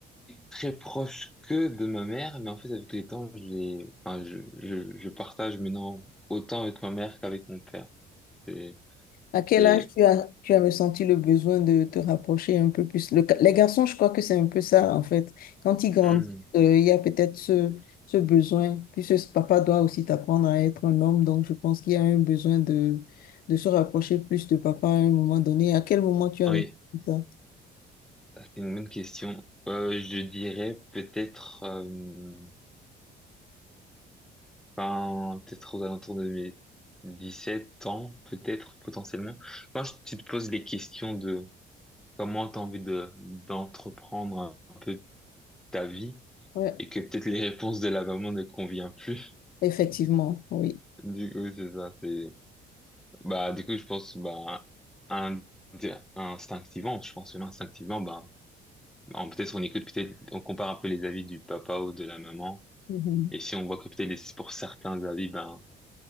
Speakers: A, in the centre; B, on the left.
A: très proche que de ma mère, mais en fait, avec les temps, je l'ai- enfin, je, je, je partage maintenant autant avec ma mère qu'avec mon père. C'est,
B: À quel
A: c'est-
B: âge tu as, tu as ressenti le besoin de te rapprocher un peu plus? Le- les garçons, je crois que c'est un peu ça, en fait. Quand ils grandissent,
A: Hmm.
B: euh, il y a peut-être ce, ce besoin. Puis ce, ce papa doit aussi t'apprendre à être un homme, donc je pense qu'il y a un besoin de, de se rapprocher plus de papa à un moment donné. À quel moment tu as
A: Oui,
B: ressenti ça?
A: ça, c'est une bonne question. Euh, je dirais peut-être, euh, enfin, peut-être aux alentours de mes 17 ans, peut-être, potentiellement. Quand je- tu te poses les questions de comment t'as envie de, d'entreprendre un peu ta vie,
B: Ouais,
A: et que peut-être les réponses de la maman ne conviennent plus. <laughs>
B: effectivement, oui.
A: Du coup, c'est ça, c'est, bah, du coup, je pense, bah, un, instinctivement, je pense, même instinctivement, bah, on- peut-être on écoute, peut-être, on compare un peu les avis du papa ou de la maman.
B: Mhm.
A: Et si on voit que peut-être les- pour certains avis, ben,